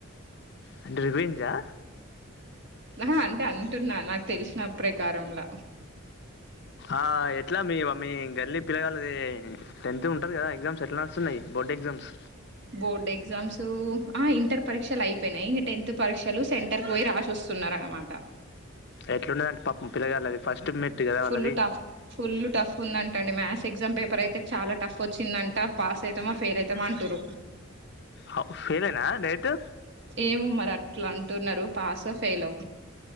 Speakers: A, on the left (about 50°); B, on the right (about 55°).
A: అంటె రివెంజా?
B: ఆహా అంటే అంటున్నా నాకు తెలిసిన ప్రకారంలా
A: ఆ ఎట్ల మీ మ మ్మీ గల్లి పిలగాళ్లది టెన్త్ ఉంటరు గదా ఎగ్జామ్స్ ఎట్ల నడుస్తున్నయ్ బోర్డ్ ఎగ్జామ్స్?
B: బోర్డ్ ఎగ్జామ్స్ ఆ ఇంటర్ పరీక్షలయిపోయినయి, ఇంగ టెన్త్ పరీక్షలు సెంటర్ కు పోయి రాసోస్ సున్నా ఆర అన్ మాట
A: ఎట్లు ఉండదంట్ పప్ ముగ్గురే కద్ లే అది ఫస్ట్ మెట్టు కదా వాళ్ళది
B: ఫుల్ టఫ్ ఫుల్ టఫ్ ఉందంట అండి మ్యాథ్స్ ఎగ్జామ్ పేపర్ అయితే చాలా టఫ్ వచ్చిందంట పాస్ అయితామా ఫెయిల్ అయితామా అంటుర్రు
A: హవ్ పెలేనా డైరెక్ట్
B: ఏమో మరి అట్లా అంటు ఉన్నారు పాసో ఫెయిలో